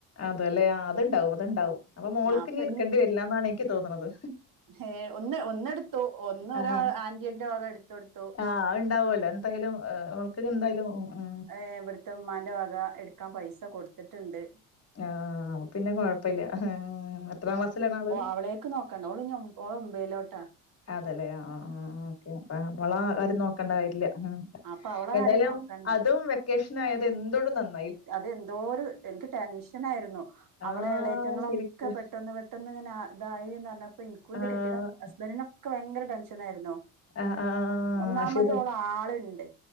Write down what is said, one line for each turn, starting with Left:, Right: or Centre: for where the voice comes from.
Left: അതെല്ലെ അതുണ്ടാവും അത്ണ്ടാവും അപ്പൊ മോൾക്ക്
Right: എന്നാ അപ്പൊ
Left: ഇനി എടുക്കേണ്ടി വരില്ല എന്നാണ് എനിക്ക് തോന്നണത്
Right: ഏ ഒന്ന് ഒന്നെടുത്തു ഒന്ന്
Left: ആഹ്
Right: ഒരാന്റിന്റെ വക എടുത്ത കൊടുത്തു
Left: ആഹ് ഉണ്ടാവുമല്ലോ എന്തെങ്കിലും ഓൾക്ക് എന്തായാലും ഓ ഉ്
Right: ഏ ഇവിടുത്തെ ഉമ്മാന്റെ വക എടുക്കാൻ പൈസ കൊടുത്തിട്ടുണ്ട്
Left: ആഹ പിന്നെ കൊഴപ്പില്ല എത്രാം ക്ലാസ്സിലാണ് ആള്
Right: അവളേക്ക് നോ ഓള ഓള മമ്പേലോട്ടാ <unintelligible>
Left: അതെല്ലെ ആ ആ ഓക്കെ അവളെ കാര്യം നോക്കണ്ട കാര്യല്ല ഉ
Right: അപ്പൊ അവളെ
Left: എന്തായാലും
Right: കാര്യം നോക്കണ്ട
Left: അതും വെക്കേഷനും ആയത് എന്തുകൊണ്ടും നന്നായി
Right: അത് എന്തോ ഒരു എനിക്ക് ടെൻഷനായിരുന്നു അവളെ
Left: ആഹ്
Right: ഇളയറ്റങ്ങളൊക്കെ
Left: ശരിക്ക്
Right: പെട്ടന്ന് പെ പെട്ടെന്ന് ഇങ്ങനെ ഇതായിന്ന് പറഞ്ഞപ്പോ എനക്കും എന്റെ
Left: ആഹ്
Right: കെട്ടിയോനും ഹസ്ബൻഡിനോക്കെ ഭയങ്കര ടെൻഷൻ ആയിരുന്നു
Left: ആഹ് ആഹ്
Right: ഒന്നാമതോളു
Left: ആഹ് ശരി
Right: ആളുണ്ട്